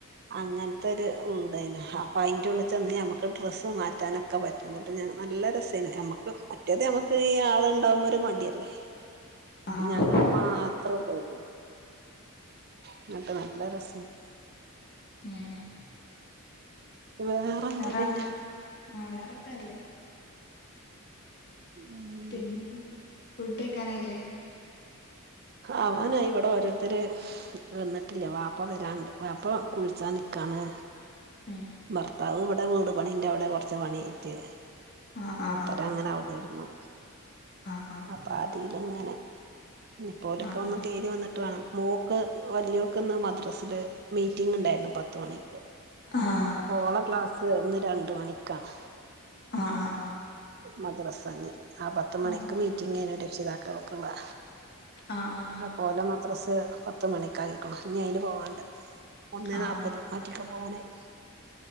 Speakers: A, on the right; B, on the left.
A: അങ്ങൻത്തെ ഒരു വീടയ്നു ആ പായിൻ്റെ ഉള്ളിൽ ചെന്ന് നമുക്ക് ഡ്രസ്സ് മാറ്റാനൊക്കെ പറ്റും ഇന്നട്ട് നല്ല രസേയിന് നമുക്ക് മറ്റേത് നമുക്ക് ഈ ആള് ണ്ടാവ്മ്പോ ഒരു മടിയല്ലേ
B: ആഹ്
A: ഞങ്ങള് മാത്രൊള്ളു. ഇന്നട്ട് നല്ല രസേയ്നി
B: ഏഹ്
A: വേറന്താ
B: വേറെ
A: പിന്നെ
B: ആഹ് വേറൊക്കെ നല്ലേ
A: ഉം
B: പിന്നെ ഫുഡ് കൈക്കാനയീല്ലെ
A: അവാനായി ഇവിടെ ഓരോരുത്തര് വന്നിട്ടില്ല വാപ്പ വരാണ്ട് വാപ്പ കുൾ ച്ചാ നിക്കാണ്.
B: ഉം
A: ഭർത്താവ് ഇവടെ വീട് പണിന്റെ അവിടെ കൊർച്ച് പണിയേറ്റ്
B: ആഹ് ആഹ്
A: മൂപ്പര് അങ്ങനെ അവിടെയിരുന്നു
B: ആഹ്
A: അപ്പ ആതീല് ഇങ്ങനെ ഞ്ഞ്‌പ്പൊ ഓലൊക്കെ
B: ആഹ്
A: ഒന്ന് കേരി വന്നിട്ട് വാണം മോക്ക് വലിയോക്ക് ഇന്ന് മദ്രാസില് മീറ്റിംഗ് ഉണ്ടായിരുന്നു പത്ത് മണിക്ക്
B: ആഹ്
A: അപ്പൊ ഓള ക്ലാസ് ഇന്ന് രണ്ട് മണിക്കാണ്
B: അഹ് ആഹ്
A: മദ്രസഞ്ഞ് ആഹ് പത്ത് മണിക്ക്
B: ആഹ്
A: മീറ്റിംങ്ങ് രക്ഷിതാക്കൾ‌ക്കിള്ളത
B: ആഹ്
A: അപ്പോലെ മദ്രസ് പത്ത് മണിക്കായിരിക്കണ് ഇനി അയ്ന് പോവാണ്ട് ഒന്നേ
B: ആഹ്
A: നാപ്പത് മാറ്റിക്കൊ പോവാനായി